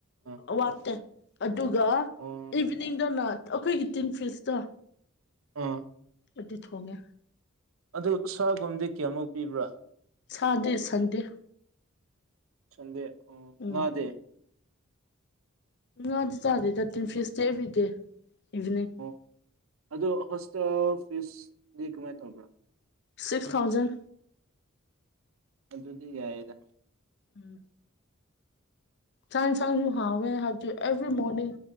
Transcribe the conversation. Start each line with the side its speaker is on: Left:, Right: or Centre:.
Right: ꯑ
Left: ꯋꯥꯠꯇꯦ ꯑꯗꯨꯒ
Right: ꯑꯣ
Left: ꯏꯚꯅꯤꯡꯗꯅ ꯑꯩꯈꯣꯏꯒꯤ ꯇꯤꯟꯐꯤꯁꯇꯣ
Right: ꯑꯣ
Left: ꯑꯗꯨ ꯊꯣꯡꯉꯦ
Right: ꯑꯗꯨ ꯁꯥꯒꯨꯝꯗꯤ ꯀꯌꯥꯃꯨꯛ ꯄꯤꯕ꯭ꯔꯥ
Left: ꯁꯥꯗꯦ ꯁꯪꯗꯦ
Right: ꯁꯟꯗꯦ ꯑꯣ
Left: ꯎꯝ
Right: ꯉꯥꯗꯤ
Left: ꯉꯥꯗꯤ ꯆꯥꯗꯦꯗ ꯇꯤꯟ ꯐꯤꯁꯇ ꯑꯦꯕ꯭ꯔꯤꯗꯦ ꯏꯚꯤꯅꯤꯡ
Right: ꯑꯣ ꯑꯗꯨꯗ ꯍꯣꯁꯇꯦꯜ ꯐꯤꯁꯗꯤ ꯀꯃꯥꯏꯅ ꯇꯧꯕ꯭ꯔꯥ
Left: ꯁꯤꯛꯁ ꯊꯥꯎꯖꯟ
Right: ꯑꯗꯨꯗꯤ ꯌꯥꯏꯗ
Left: ꯎꯝ ꯁꯥꯡ ꯁꯥꯡꯁꯨ ꯍꯦ ꯍꯥꯇ ꯑꯦꯕ꯭ꯔꯤ ꯃꯣꯅꯤꯡ